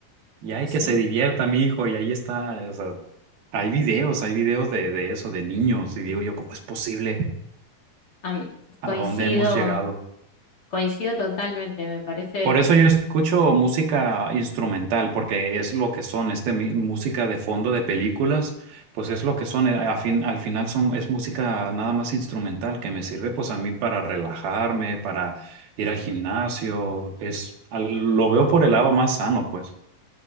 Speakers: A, on the right (about 90°); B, on the left (about 45°).
A: Y hay
B: Sí.
A: que se divierta, mi hijo. Y ahí está, o sea, hay videos, hay videos de, de eso, de niños. Y digo yo, ¿cómo es posible?
B: Am-
A: ¿A
B: coincido,
A: dónde hemos llegado?
B: coincido totalmente, me parece.
A: Por eso yo escucho música instrumental, porque es lo que son, este, mi- música de fondo de películas, pues es lo que son, eh, a fin- al final son, es música nada más instrumental que me sirve pues a mí para relajarme, para ir al gimnasio, es, al- lo veo por el lado más sano, pues.